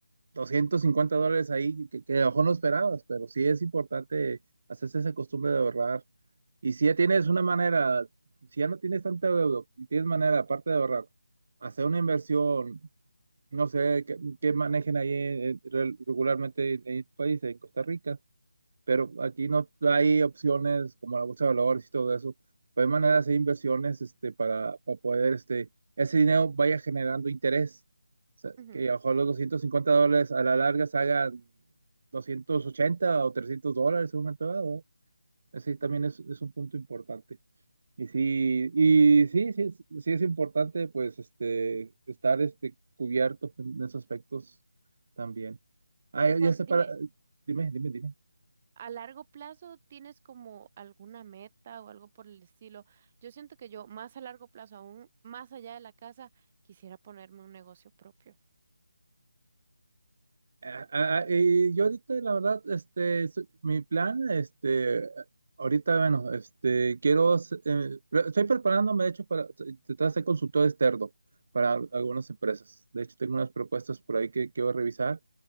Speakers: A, on the right; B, on the right.
A: 250 dólares ahí que, que a lo mejor no esperabas, pero sí es importante hacerse esa costumbre de ahorrar. Y si ya tienes una manera, si ya no tienes tanta deuda y tienes manera, aparte de ahorrar, hacer una inversión, no sé, que, que manejen ahí eh, re- regularmente en el país, en Costa Rica pero aquí no hay opciones como la bolsa de valores y todo eso. Pero hay maneras de inversiones este, para, para poder este, ese dinero vaya generando interés. O sea,
B: Ujú.
A: que a lo mejor los 250 dólares a la larga se hagan 280 o 300 dólares en un momento dado. Ese también es, es un punto importante. Y sí, y sí, sí, es- sí es importante pues este, estar este, cubierto en esos aspectos también. Ah,
B: Y Juan,
A: ya sé
B: dime.
A: para... Dime, dime, dime.
B: a largo plazo tienes como alguna meta o algo por el estilo. Yo siento que yo más a largo plazo, aún más allá de la casa, quisiera ponerme un negocio propio.
A: Ah, ah, ah, y yo ahorita, la verdad, este, so- mi plan, este, ahorita, bueno, este, quiero, s- eh, pre- estoy preparándome, de hecho, para tratar de ser consultor externo para al- algunas empresas. De hecho, tengo unas propuestas por ahí que quiero revisar